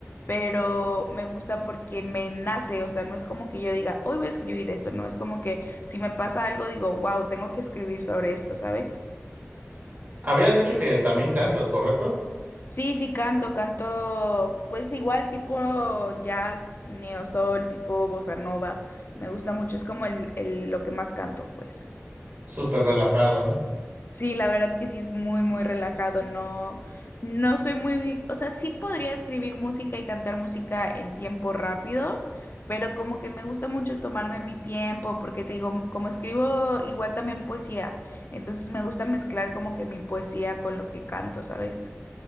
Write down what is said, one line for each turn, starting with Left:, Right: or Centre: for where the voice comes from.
Left: pero me gusta porque me nace, o sea, no es como que yo diga, hoy voy a escribir esto, no, es como que si me pasa algo digo, wow, tengo que escribir sobre esto, ¿sabes?
Right: Habías dicho que también cantas, ¿correcto?
Left: Sí, sí, canto, canto, pues igual tipo jazz, neosoul, tipo bossa nova, me gusta mucho, es como el, el- lo que más canto, pues.
Right: Súper relajado, ¿no?
Left: Sí, la verdad que sí es muy, muy relajado, no, no soy muy, o sea, sí podría escribir música y cantar música en tiempo rápido, pero como que me gusta mucho tomarme mi tiempo, porque te digo, como escribo igual también poesía, entonces me gusta mezclar como que mi poesía con lo que canto, ¿sabes?